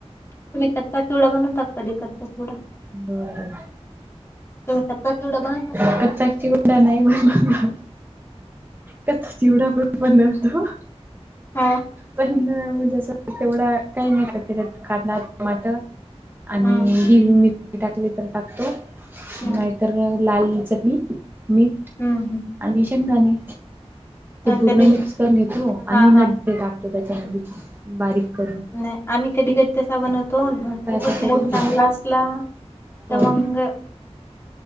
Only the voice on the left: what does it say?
तुम्ही कच्चा चिवडा बनवता कधी कच्चा चिवडा
तुम्ही कच्चा चिवडा बनवता
हा
हम्म
हम्म
हम् हम.
हा
कधी
हा
हा
नाही आम्ही कधी कधी तसा बनवतो खूपच
मूड
चांगला असला त्या
मग
हिंग